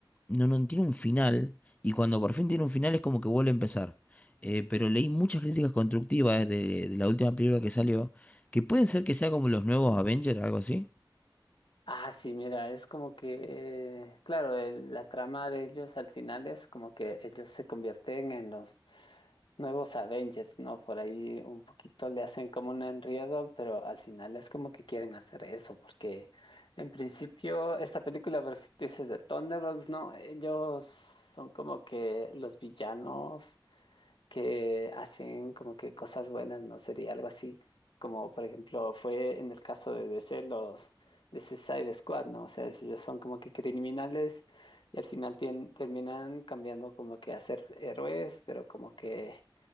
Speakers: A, on the left; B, on the left.
A: no, no tiene un final. Y cuando por fin tiene un final es como que vuelve a empezar. Eh, pero leí muchas críticas constructivas de, de la última película que salió, que pueden ser que sea como los nuevos Avengers, algo así.
B: Ah, sí, mira, es como que, claro, el- la trama de ellos al final es como que ellos se convierten en los nuevos Avengers, ¿no? Por ahí un poquito le hacen como un enredo, pero al final es como que quieren hacer eso, porque en principio esta película, por ejemplo, dices de Thunderbolts, ¿no? Ellos son como que los villanos que hacen como que cosas buenas, ¿no? Sería algo así, como por ejemplo fue en el caso de DC los de Suicide Squad, ¿no? O sea, si ellos son como que criminales y al final tien- terminan cambiando como que a ser héroes, pero como que